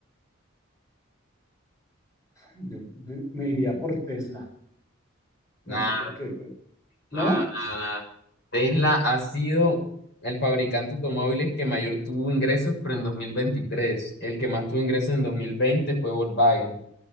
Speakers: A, on the left (about 15°); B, on the left (about 55°).
A: yo me iría por Tesla,
B: Nah,
A: no sé por qué, pero-
B: Nada,
A: ¿no?
B: nada, nada, Tesla ha sido el fabricante de automóviles que mayor tuvo ingresos, pero en 2023. El que más tuvo ingresos en 2020 fue Volkswagen.